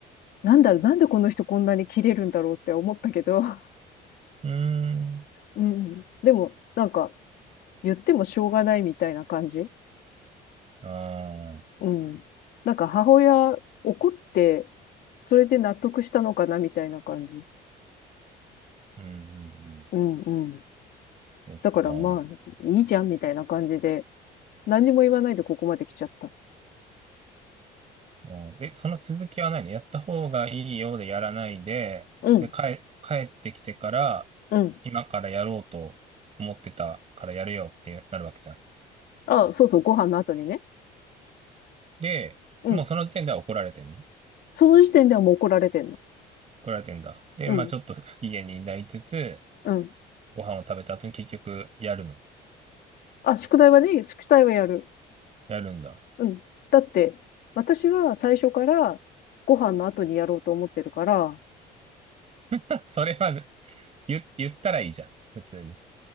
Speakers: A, on the left (about 65°); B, on the right (about 40°).
A: なんだろう、なんでこの人こんなに切れるんだろうって思ったけど、<laughs>
B: うーん。
A: うん。でも、なんか、言ってもしょうがないみたいな感じ
B: ああ、
A: うん。なんか母親怒って、それで納得したのかなみたいな感じ。
B: うん、うん、うん。
A: うん、うん。
B: そっか。
A: だからまあ、
B: あ
A: いいじゃんみたいな感じで何にも言わないでここまで来ちゃった。
B: ーえ、その続きはないのやった方がいいようでやらないで、
A: うん。
B: で、帰、帰ってきてから、
A: うん。
B: 今からやろうと思ってたからやるよってなるわけじゃん。
A: あ、そうそう、ご飯の後にね。
B: で、
A: うん。
B: もうその時点では怒られてんの
A: その時点ではもう怒られてんの。
B: 怒られてんだ。で、
A: うん。
B: まあちょっと不機嫌になりつつ、
A: うん。
B: ご飯を食べた後に結局やるの。
A: あ、宿題はね、宿題はやる。
B: やるんだ。
A: うん。だって、私は最初からご飯の後にやろうと思ってるから、
B: <laughs> それは、言、言ったらいいじゃん。普通に。